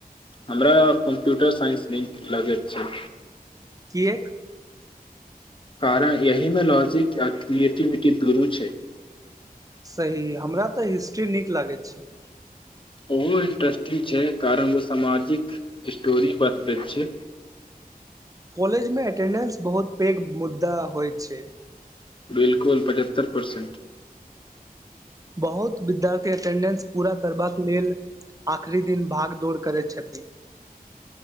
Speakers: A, on the left; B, on the right.
A: हमरा कम्प्यूटर साइन्स लिंक लगेैत छै
B: की एक
A: कारण यहमे लॉजिक आ क्रिएटिविटी दुनू छै
B: सही हमरा तऽ हिस्ट्री नीक लागैत छै
A: ओहो इंट्रेस्टिंग छै कारण ओ सामाजिक स्टोरी बतबैत छै
B: कॉलेजमे एटेंडेंस बहुत पैघ मुद्दा होइत छै
A: बिलकुल पचहत्तरि परसेंट
B: बहुत विद्यार्थी अटेंडेंस पूरा करबाक लेल आखरी दिन भाग दौड़ करैत छथि